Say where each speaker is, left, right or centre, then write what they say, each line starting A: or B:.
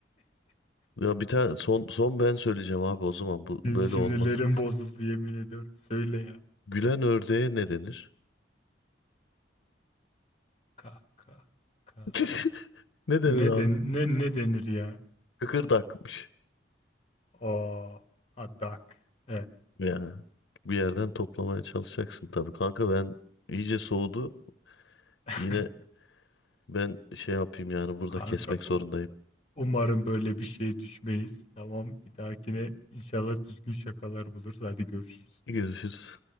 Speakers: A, on the left (about 80°); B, on the left (about 35°).
A: Ya bir tane son son ben söyleyeceğim abi o zaman bu
B: Bir
A: böyle
B: Sinirlerim
A: olmaz.
B: bozuldu yemin ediyorum. Söyle ya.
A: Gülen ördeğe ne denir?
B: Ka ka ka.
A: <laughs> Ne denir
B: Ne
A: abi?
B: den ne ne denir ya?
A: Kıkırdakmış.
B: Aa, ha, duck. Evet.
A: Ya bir yerden toplamaya çalışacaksın tabii. Kanka ben iyice soğudu.
B: <laughs>
A: Yine Ben şey yapayım yani burada
B: Kanka
A: kesmek zorundayım.
B: u- umarım böyle bir şeye düşmeyiz. Tamam bir dahakine inşallah düzgün şakalar buluruz. Hadi görüşürüz.
A: Görüşürüz.